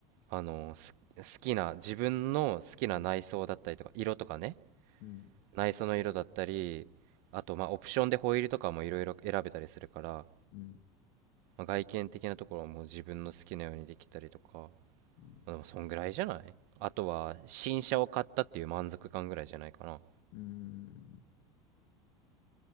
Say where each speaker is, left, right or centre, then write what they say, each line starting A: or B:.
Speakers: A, on the right; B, on the left.
A: あのー、す好きな、自分の好きな内装だったりとか、
B: うん、
A: 色とかね、
B: うん、
A: 内装の色だったり、あと、まあ、オプションでホイールとかもいろいろ選べたりするから、
B: うん、
A: まあ、外見的なところはもう自分の好きなようにできたりとか、ま
B: うん、
A: あ、でもそんぐらいじゃないあとは新車を買ったっていう満足感ぐらいじゃないかな
B: うん